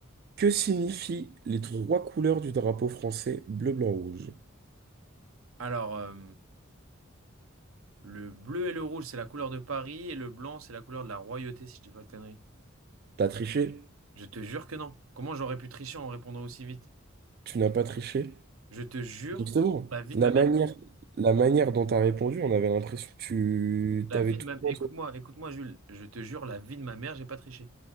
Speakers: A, on the right (about 45°); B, on the right (about 85°).
A: Que signifient les trois couleurs du drapeau français bleu, blanc, rouge?
B: Alors, euh, le bleu et le rouge, c'est la couleur de Paris et le blanc, c'est la couleur de la royauté, si je dis pas de conneries.
A: T'as triché?
B: Je te jure que non. Comment j'aurais pu tricher en répondant aussi vite?
A: Tu n'as pas triché?
B: Je te jure,
A: Justement,
B: la vie
A: la
B: de ma mère.
A: manière, la manière dont tu as répondu, on avait l'impression que tu
B: La
A: t'avais
B: vie de
A: tout
B: ma... Écoute-moi,
A: en toi.
B: écoute-moi, Jules. Je te jure, la vie de ma mère, j'ai pas triché.